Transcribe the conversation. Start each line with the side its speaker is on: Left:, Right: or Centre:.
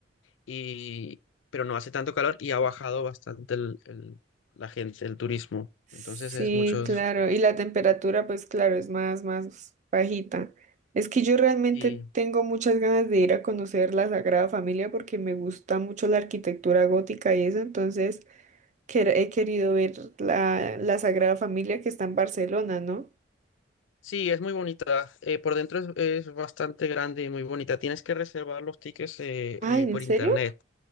Left: y, pero no hace tanto calor y ha bajado bastante el, el- la gente, el turismo.
Right: Sí,
Left: Entonces es mucho
Right: claro.
Left: disfrutar.
Right: Y la temperatura, pues claro, es más, más bajita. Es que yo realmente
Left: Sí,
Right: tengo muchas ganas de ir a conocer la Sagrada Familia porque me gusta mucho la arquitectura gótica y eso, entonces quer- he querido ver la, la Sagrada Familia que está en Barcelona, ¿no?
Left: sí, es muy bonita. Eh, por dentro es, es bastante grande y muy bonita. Tienes que reservar los tickets eh, eh,
Right: Ay,
Left: por
Right: ¿en serio?
Left: internet.